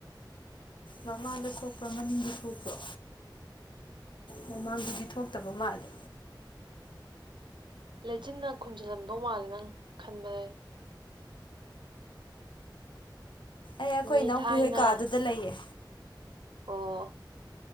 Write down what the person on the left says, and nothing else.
ꯃꯃꯥꯡꯗ ꯊꯣꯛꯄ꯭ꯔꯣ ꯃꯅꯤꯡꯗ ꯊꯣꯛꯄ꯭ꯔꯣ ꯃꯃꯥꯡꯗꯗꯤ ꯊꯣꯛꯇꯕ ꯃꯥꯜꯂꯦ
ꯑꯩ ꯑꯩꯈꯣꯏ
ꯏꯅꯥꯎꯄꯤꯍꯣꯏ
ꯀꯥꯗꯨꯗ ꯂꯩꯌꯦ